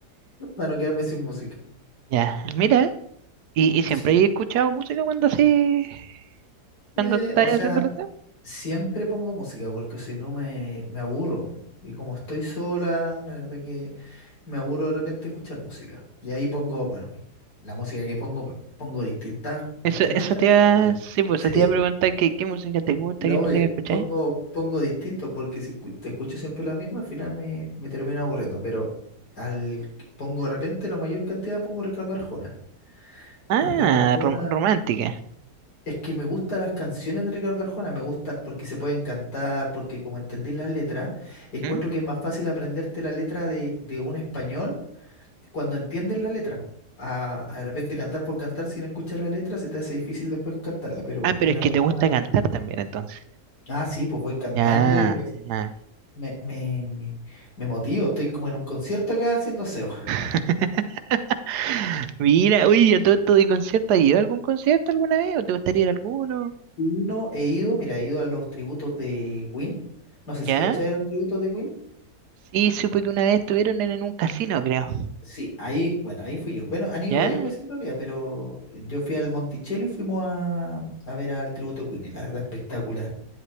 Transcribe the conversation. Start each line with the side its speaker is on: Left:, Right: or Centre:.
Left: para no quedarme sin música.
Right: ya. Mira, y, y siempre
Left: Sí.
Right: he escuchado música cuando así,
Left: Eh,
Right: cuando estás
Left: o sea,
Right: haciendo lo que-
Left: siempre pongo música porque si no me, me aburro. po. Y como estoy sola, la verdad que me aburro de repente escuchar música. Y ahí pongo, bueno, mi- la música que pongo, pongo distintas, distintos
Right: Eso, eso
Left: cantantes.
Right: te iba,
Left: <laughs>
Right: sí, pues
Left: Sí.
Right: eso te iba a preguntar qué, qué música te gusta,
Left: No,
Right: qué música
Left: eh,
Right: escuchas.
Left: pongo, pongo distinto porque si escu- te escucho siempre la misma, al final me, me termina aburriendo, pero al que pongo de repente la mayor cantidad pongo Ricardo Arjona.
Right: Ah,
Left: A Ricardo Arjona,
Right: rom- romántica.
Left: es que me gustan las canciones de Ricardo Arjona, me gusta porque se pueden cantar, porque como entendí las letras, encuentro
Right: ¿Mm?
Left: que es más fácil aprenderte la letra de, de un español cuando entiendes la letra. A, a de repente cantar por cantar sin escuchar la letra se te hace difícil después cantarla, pero
Right: Ah, pero
Left: Ricardo
Right: es que te
Left: Arjona,
Right: gusta cantar también, entonces.
Left: ah sí, pues voy cantando
Right: Ya,
Left: y voy
Right: ya.
Left: Me, me, me motivo, estoy como en un concierto acá haciendo aseo.
Right: <laughs> Mira, uy, a todo esto de concierto, ¿has ido a algún concierto alguna vez? ¿O te gustaría ir a alguno?
Left: Y no he ido, mira, he ido a los tributos de Queen. No sé si
Right: ¿Ya?
Left: cachai de los tributos de Queen.
Right: Sí, supe que una vez estuvieron en, en un casino, creo.
Left: Sí, ahí, bueno, ahí fui yo. Bueno, han ido
Right: ¿Ya?
Left: varias veces en realidad, pero yo fui al Monticello y fuimos a, a ver al tributo Queen. y La verdad, espectacular.